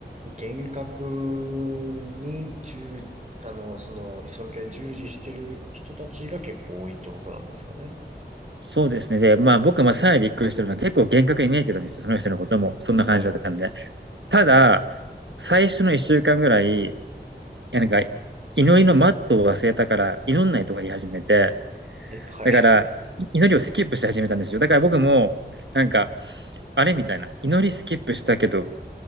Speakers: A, on the right (about 40°); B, on the right (about 80°).
A: 厳格に従、あの、そのイスラム教に従事してる人たちが結構多いってことなんですかね。
B: そうですね。で、まあ、僕もさらにびっくりしたのは、結構厳格に見えてたんですよ。その人のことも。そんな感じだったんで。
A: はい。
B: ただ、最初の一週間ぐらい、いやなんか、祈りのマットを忘れたから、祈んないとか言い始めて、
A: え、はい。
B: だから、祈りをスキップし始めたんですよ。だから僕も、なんか、あれみたいな。祈りスキップしたけど、